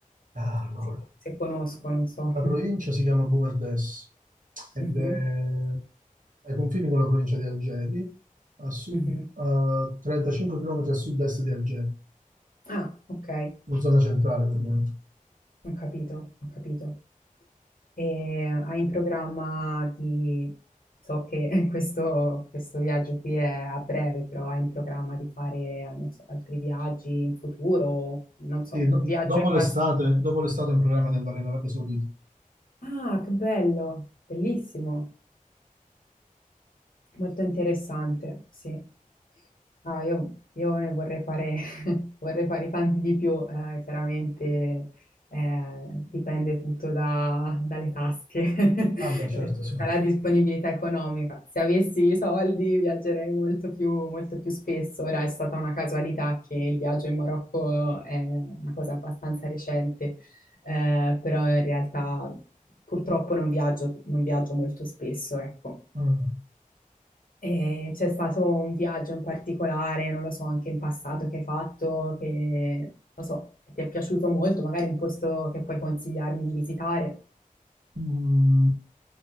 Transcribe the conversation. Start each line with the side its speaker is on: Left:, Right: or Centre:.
Right: Ah, Allora,
Left: Se, se conosco, non so.
Right: la provincia
Left: <laughs>
Right: si chiama Boumerdès ed
Left: Mhm,
Right: è ai confini con la provincia di Algeri, a, sud,
Left: mhm.
Right: a 35 km a sud-est di Algeri,
Left: Ah, ok,
Right: in zona centrale, praticamente.
Left: ho capito, ho capito. E hai in programma di... So che <laughs> questo, questo viaggio qui è a breve, però hai in programma di fare, non so, altri viaggi in futuro? Non
Right: Sì,
Left: so, un
Right: do-
Left: viaggio
Right: dopo
Left: in
Right: l'estate,
Left: passato.
Right: dopo l'estate ho in programma di andare in Arabia Saudita.
Left: Ah, che bello, bellissimo. Molto interessante, sì. Ah, io, io ne vorrei fare, <laughs> vorrei fare tanti di più, eh, chiaramente eh, dipende tutto da- dalle tasche, <laughs>
Right: Ah, beh, certo,
Left: eh,
Right: sì.
Left: dalla disponibilità economica. Se avessi i soldi viaggerei molto più, molto più spesso, ora è stata una casualità che il viaggio in Marocco è una cosa abbastanza recente, eh, però in realtà purtroppo non viaggio, non viaggio molto spesso, ecco.
Right: Mm.
Left: E c'è stato un viaggio in particolare, non lo so, anche in passato che hai fatto, che non so, ti è piaciuto molto, magari un posto che puoi consigliarmi di visitare.
Right: Mm,